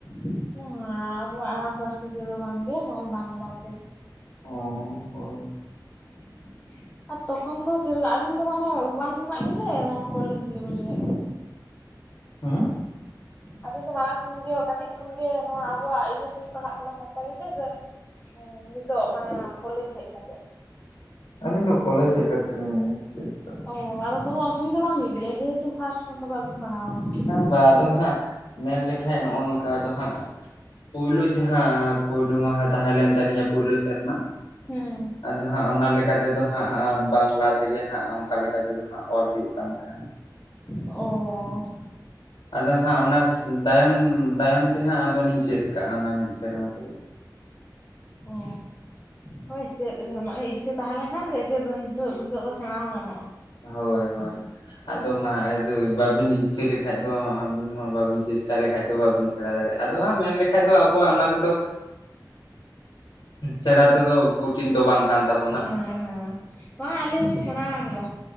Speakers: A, on the left; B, on the left.
A: <unintelligible> ᱟᱵᱚᱣᱟᱜ ᱟᱲᱟᱝ ᱯᱟᱹᱨᱥᱤ ᱛᱮᱫᱚ ᱵᱟᱝ ᱜᱮ ᱱᱚᱜᱼᱚᱭ ᱵᱟᱝᱞᱟ ᱛᱮ᱾
B: ᱚ ᱦᱳᱭ᱾
A: <inaudible> ᱟᱨ ᱛᱚᱠᱷᱚᱱ ᱫᱚ <unintelligible> ᱩᱱᱫᱚ ᱢᱟᱱᱮ ᱳᱣᱟᱱ ᱠᱷᱚᱱᱟᱜ ᱜᱮᱥᱮ ᱠᱚᱞᱮᱡᱽ ᱞᱮᱵᱮᱞ ᱨᱮ
B: ᱦᱩᱸ
A: ᱟᱵᱤᱱ ᱫᱚ ᱢᱟᱲᱟᱝ ᱠᱷᱚᱱ ᱜᱮ ᱠᱟᱹᱴᱤᱡ ᱠᱷᱚᱱ ᱜᱮ ᱱᱚᱣᱟ ᱟᱵᱚᱣᱟᱜ ᱤᱭᱟᱹ ᱛᱮᱵᱤᱧ ᱯᱟᱲᱦᱟᱜ ᱠᱟᱱᱟ ᱥᱟᱱᱛᱟᱲᱤ ᱛᱮ ᱥᱮ ᱦᱮᱸ ᱱᱤᱛᱚᱜ ᱢᱟᱱᱮ ᱠᱚᱞᱮᱡᱽ ᱦᱮᱡ ᱠᱟᱛᱮᱜ᱾
B: ᱟᱹᱞᱤᱧ ᱫᱚ ᱠᱚᱞᱮᱡᱽ ᱦᱮᱡ ᱠᱟᱛᱮᱫ ᱞᱤᱧ ᱪᱮᱫ ᱠᱟᱜ᱾
A: ᱚ ᱟᱫᱚ ᱠᱚᱱᱚ ᱚᱥᱩᱵᱤᱫᱟ ᱵᱟᱝ ᱦᱳᱭᱳ ᱜᱮᱭᱟ ᱡᱮᱦᱮᱛᱩ ᱯᱷᱟᱥᱴ ᱠᱷᱚᱱ ᱫᱚ ᱵᱟᱹᱵᱤᱱ ᱯᱟᱲᱦᱟᱣ ᱟᱠᱟᱱᱟ
B: ᱵᱟᱫᱚ ᱦᱟᱸᱜ ᱢᱮᱱ ᱞᱮᱠᱷᱟ ᱱᱚᱜᱼᱚ ᱱᱚᱝᱠᱟ ᱫᱚ ᱦᱟᱸᱜ ᱯᱩᱭᱞᱳ ᱡᱟᱦᱟᱸ ᱯᱩᱭᱞᱳ ᱢᱟᱦᱟ ᱛᱟᱦᱮᱸ ᱞᱮᱱ ᱛᱟᱞᱤᱧᱟ ᱯᱩᱭᱞᱩ ᱥᱮᱨᱢᱟ
A: ᱦᱮᱸ
B: ᱟᱫᱚ ᱦᱟᱜ ᱚᱱᱟ ᱞᱮᱠᱟ ᱛᱮᱫᱚ ᱦᱟᱜ ᱵᱟᱝᱞᱟ ᱛᱮ ᱡᱟᱦᱟ ᱚᱝᱠᱟ ᱞᱮᱠᱟ ᱛᱮᱫᱚ ᱦᱟᱜ ᱚᱞ ᱦᱩᱭᱩᱜ ᱠᱟᱱ ᱛᱟᱦᱮᱜ
A: ᱚ
B: ᱟᱫᱚ ᱦᱟᱜ ᱚᱱᱟ ᱛᱟᱭᱚᱢ ᱛᱟᱭᱚᱢ ᱛᱮ ᱦᱟᱜ ᱟᱫᱚᱞᱤᱧ ᱪᱮᱫ ᱞᱮᱠᱟᱜ-ᱟ ᱚᱱᱟ ᱢᱤᱫ ᱥᱮᱨᱢᱟ ᱛᱮᱜᱮ
A: ᱚ ᱦᱳᱭ ᱪᱮᱫ ᱤᱪᱪᱷᱟᱹ ᱛᱟᱦᱮᱸ ᱞᱮᱱᱠᱷᱟᱱ <unintelligible> ᱦᱤᱛᱳᱜ ᱫᱚ ᱥᱮᱬᱟ ᱦᱚᱸ ᱜᱟᱱᱚᱜᱼᱟ
B: ᱦᱳᱭ ᱦᱳᱭ ᱟᱫᱚ ᱢᱟ ᱟᱫᱚ ᱵᱟᱵᱤᱱ ᱤᱪᱪᱷᱟ ᱞᱮᱠᱷᱟᱡ ᱫᱚ ᱟᱹᱵᱤᱱ ᱦᱚᱸ ᱵᱟᱵᱤᱱ ᱪᱮᱥᱴᱟ ᱞᱮᱠᱷᱟᱡ ᱫᱚ ᱵᱟᱵᱤᱱ ᱥᱮᱬᱟ ᱫᱟᱲᱮᱜᱼᱟ ᱢᱮᱱ ᱞᱮᱠᱷᱟᱡ ᱫᱚ ᱟᱵᱚᱣᱟᱜ ᱚᱱᱟ ᱨᱮᱫᱚ ᱥᱮᱬᱟ ᱛᱮᱫᱚ ᱠᱩᱴᱤᱱ ᱫᱚ ᱵᱟᱝ ᱠᱟᱱ ᱛᱟᱵᱚᱱᱟ
A: ᱦᱮᱸ ᱦᱮᱸ ᱵᱟᱝ ᱟᱞᱧᱤᱧ ᱥᱮᱬᱟ ᱟᱠᱟᱫᱟ